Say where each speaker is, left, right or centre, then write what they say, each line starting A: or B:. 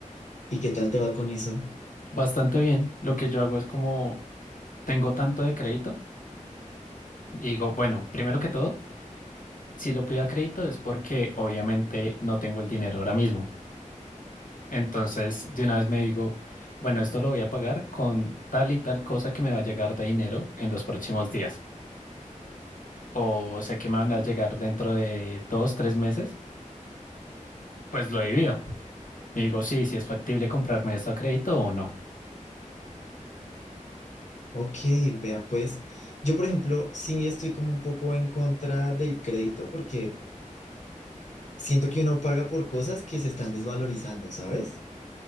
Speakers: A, on the left; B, on the left.
A: ¿Y qué tal te va con eso?
B: Bastante bien, lo que yo hago es como tengo tanto de crédito y digo, bueno, primero que todo, si lo pido a crédito es porque obviamente no tengo el dinero ahora mismo. Entonces, de una vez me digo, bueno, esto lo voy a pagar con tal y tal cosa que me va a llegar de dinero en los próximos días. O sé que me van a llegar dentro de dos, tres meses, pues lo divido. Y digo, sí, si es factible comprarme esto a crédito o no.
A: Ok, vea pues. Yo, por ejemplo, sí estoy como un poco en contra del crédito porque siento que uno paga por cosas que se están desvalorizando, ¿sabes?